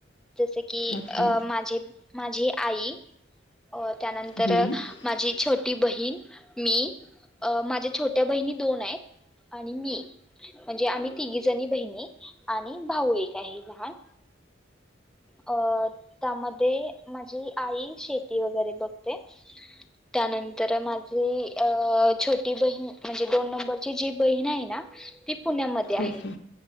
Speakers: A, in the centre; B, on the left.
A: जसे की
B: ओके
A: अ माझी माझी आई अ त्यानंतर
B: हम्म
A: माझी छोटी ती बहीण मी अ माझ्या छोट्या बहिणी दोन आहेतआणि मी. म्हणजे आम्ही जणी बहिणी आणि भाऊ एक आहे लहान अ त्यामध्ये माझी आई शेती वगैरे बघते त्यानंतर माझी छोटी बहीण म्हणजे दोन नंबरची जी बहीण आहे ना ती पुण्यात ते आहे,
B: ओके